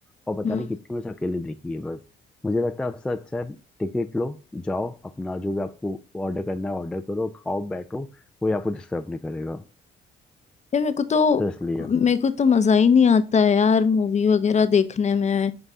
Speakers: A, in the centre; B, on the left (about 35°).
A: और पता
B: हम्म
A: नहीं कितनी बस अकेले देखी है बस मुझे लगता है आपसे अच्छा है टिकट लो जाओ अपना जो भी आपको ऑर्डर करना है ऑर्डर करो खाओ बैठो कोई आपको डिस्टर्ब नहीं करेगा
B: यार मेरे को तो
A: तो इसलिए
B: मेरे को तो मजा ही नहीं आता है यार मूवी वगैरह देखने में